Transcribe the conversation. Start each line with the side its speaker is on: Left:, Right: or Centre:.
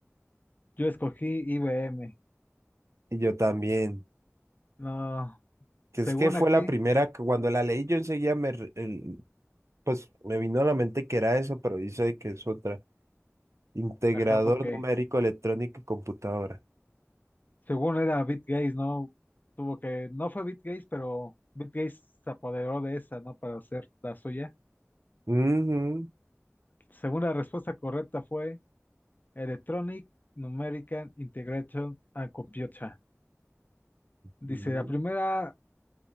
Left: Yo escogí IBM.
Right: Y yo también.
Left: No,
Right: Que
Left: según
Right: es que fue
Left: aquí,
Right: la primera que cuando la leí yo enseguida me, re- el- pues me vino a la mente que era eso, pero dice que es otra. Integrador
Left: ajá, porque
Right: numérico electrónico y computadora.
Left: según era Bill Gates, ¿no? Tuvo que, no fue Bill Gates, pero Bill Gates se apoderó de esa, ¿no? Para hacer la suya.
Right: Ujú,
Left: Según la respuesta correcta fue Electronic Numerical Integration and Computer. Dice,
Right: ujú.
Left: la primera